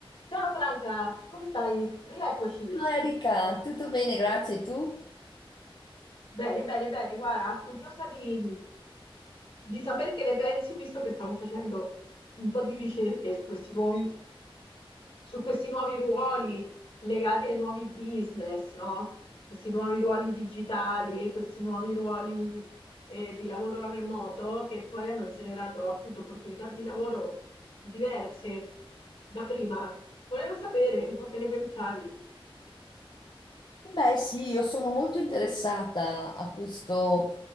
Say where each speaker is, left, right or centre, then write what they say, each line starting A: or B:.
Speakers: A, on the left (about 75°); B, on the left (about 50°).
A: Ciao Franca, come stai? Rieccoci.
B: Ciao Erika, tutto bene, grazie. E tu?
A: Bene, bene, bene. Guarda, curiosa di, di sapere che ne pensi, visto che stavo facendo un po' di ricerche su questi nuovi, su questi nuovi ruoli legati ai nuovi business, no? Questi nuovi ruoli digitali e questi nuovi ruoli eh, di lavoro a remoto che poi hanno generato appunto opportunità di lavoro diverse da prima. Volevo sapere un po' che ne pensavi.
B: Beh, sì, io sono molto interessata a questo